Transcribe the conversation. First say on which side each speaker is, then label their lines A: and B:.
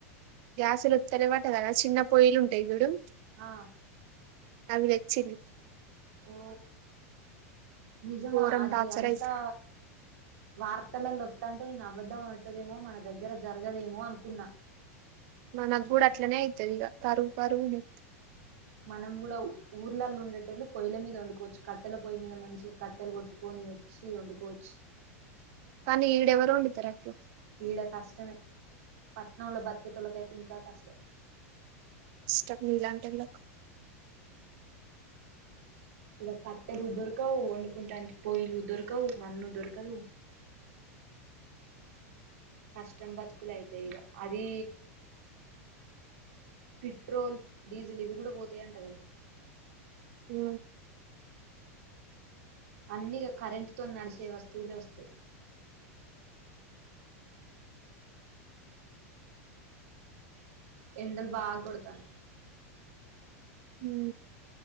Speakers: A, on the right; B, on the right.
A: గ్యాస్లుతలే వాట క చిన్న పొయిలు ఉంటాయి చూడు
B: ఆ
A: అవి తేచ్చింది
B: ఓ నిజమా
A: ఘోరం
B: అది
A: టార్చర్
B: అంతా
A: అయి
B: వార్తలలో అత్తంటే ఇగ అబద్ధం అడతదేమో మన దగ్గర జరగదేమో అనుకున్నా
A: మనకు గుడ అట్లనే అయితది ఇగ కారువు కారువు నిత్
B: మనం కూడా ఊర్లల్లో ఉండేటోళ్ళు పొయ్యల మీద వండుకోవచ్చు కట్టెల పొయ్యి మీద మంచిగా కట్టెలు కొట్టుకొని వచ్చి వండుకోవచ్చు.
A: కానీ ఈడే ఎవరు వండుతారు. అట్లో
B: ఈడ కష్టమే పట్నంలో బతికే టోళ్లకు అయితే ఇంకా కష్టం
A: కష్టం నీలాంటది <unintelligible>
B: ఇగా కట్టెలు దొరకవు వండుకుంటానికి పొయిలు దొరకవు మన్ను దొరకదు కష్టం బతుకులు అయితాయి. ఇక అది పెట్రోల్ డీజిల్ ఇవి కూడా పోతాయి అంట కదా
A: హ్
B: అన్నిగా కరెంట్ తో నడిచే వస్తువులే వోస్తాయి ఎండలు బాగా కొడతానయి
A: ఉ